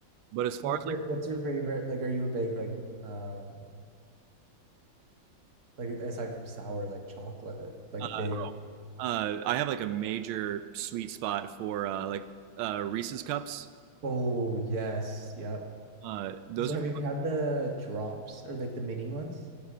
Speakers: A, on the right; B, on the right.
A: But as far
B: What's
A: as
B: your what's your favorite? Like, are you a big like um like aside from sour, like chocolate, like
A: like uh,
B: big?
A: uh, I have like a major sweet spot for uh, like uh, Reese's cups.
B: Oh yes, yep.
A: Uh, those
B: So
A: are
B: have you had the drops or like the mini ones?